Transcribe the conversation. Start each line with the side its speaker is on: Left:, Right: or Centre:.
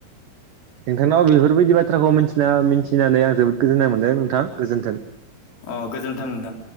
Right: नोंथांनाव बेफोरबायदि बाथ्राखौ मिथिना मिथिनानै आं जोबोद गोजोननाय मोन्दों नोंथां गोजोन्थों।
Left: अ गोजोन्थों नोंथां